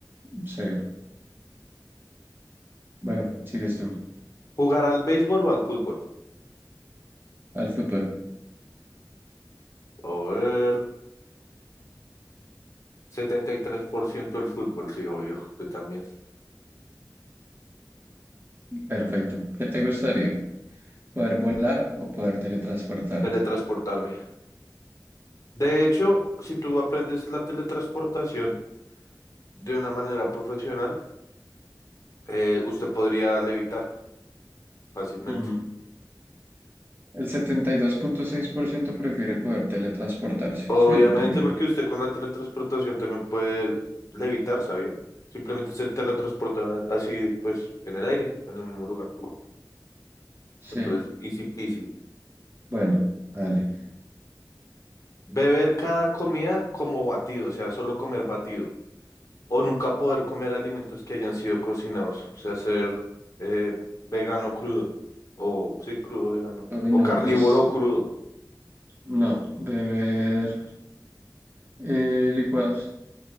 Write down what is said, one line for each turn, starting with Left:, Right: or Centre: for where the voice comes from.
Right: sí. Bueno, sigues tú.
Left: ¿Jugar al béisbol o al fútbol?
Right: Al fútbol.
Left: A ver, 73% el fútbol, sí, obvio. Yo también.
Right: Perfecto. ¿Qué te gustaría? ¿Poder volar o poder teletransportarte?
Left: Teletransportarme. De hecho, si tú aprendes la teletransportación de una manera profesional, eh, usted podría levitar fácilmente.
Right: Mm, El setenta y dos punto seis por ciento prefiere poder teletransportarse.
Left: Obviamente,
Right: Sí, yo también.
Left: porque usted con la teletransportación también puede levitar, ¿sabía? Simplemente se teletransporta así, pues, en el aire, en el mismo lugar.
Right: Sí,
Left: Entonces, easy peasy.
Right: bueno, vale.
Left: Beber cada comida como batido, o sea, solo comer batido. O nunca poder comer alimentos que hayan sido cocinados, o sea, ser eh, vegano crudo. O sí, crudo vegano.
Right: Hoy
Left: O
Right: no,
Left: carnívoro
Right: pues
Left: crudo.
Right: no. Beber eh, licuados,